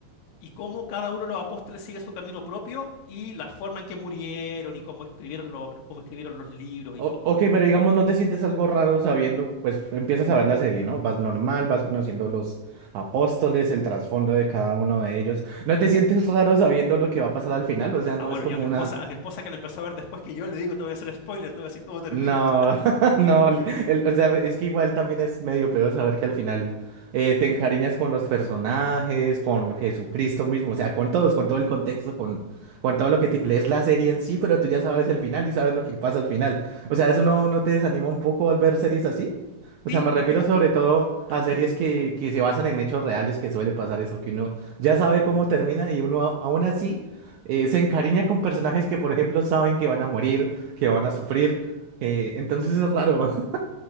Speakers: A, on the left (about 75°); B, on the right (about 70°).
A: y cómo cada uno de los apóstoles sigue su camino propio y la forma en que murieron y cómo escribieron, lo- cómo escribieron los libros
B: O-
A: y todo.
B: ok, pero digamos, no te sientes algo raro sabiendo, pues empiezas a ver la serie, ¿no? Vas normal, vas conociendo los apóstoles, el trasfondo de cada uno de ellos. ¿No te sientes raro sabiendo lo que va a pasar al final? O sea,
A: Ah,
B: no
A: bueno,
B: es como
A: yo a mi esposa,
B: una...
A: a mi esposa que la empezó a ver después que yo le digo, te voy a hacer spoiler, te voy a decir cómo termina.
B: No,
A: <laughs>
B: <laughs> no, el- o sea, es que igual también es medio peor saber que al final eh, te encariñas con los personajes, con Jesucristo mismo, o sea, con todos, con todo el contexto, con, con todo lo que te- lees la serie en sí, pero tú ya sabes el final y sabes lo que pasa al final. O sea, ¿eso no, no te desanima un poco al ver series así? O
A: Sí,
B: sea, me refiero
A: ah, mira,
B: sobre todo
A: al,
B: a series
A: al-
B: que, que se basan en hechos reales, que suele pasar eso, que uno ya sabe cómo termina y uno a- aún así eh, se encariña con personajes que, por ejemplo, saben que van a morir, que van a sufrir eh, entonces es raro. <laughs>